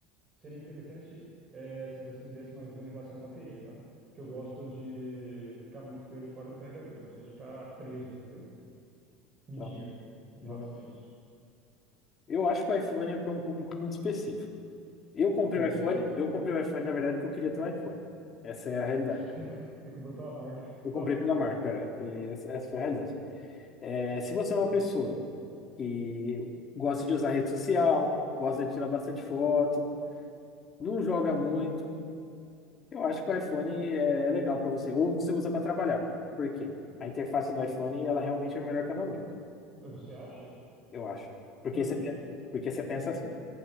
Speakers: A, on the right; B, on the left.
A: seria interessante é, se você me desse uma visão em relação à bateria, tá? Porque eu gosto de ficar muito com ele fora do carregador, eu não sou de ficar preso, entendeu? Me
B: Então,
A: diga em
B: vamos.
A: relação a isso.
B: Eu acho que o iPhone é para um público muito específico. Eu comprei
A: Ah, Como
B: o
A: assim?
B: iPhone, eu comprei o iPhone, na verdade, porque eu queria ter um iPhone. Essa é a realidade.
A: <laughs> Você você comprou pela marca?
B: Eu comprei
A: Tá.
B: pela marca, e essa, essa foi a realidade. É, se você é uma pessoa que gosta de usar rede social, gosta de tirar bastante foto, não joga muito, Eu acho que o iPhone é legal para você, ou você usa para trabalhar. Por quê? A interface do iPhone, ela realmente é melhor que a do Android,
A: Mas Você acha?
B: eu acho. Porque
A: Por
B: você,
A: quê?
B: pe- porque você pensa assim,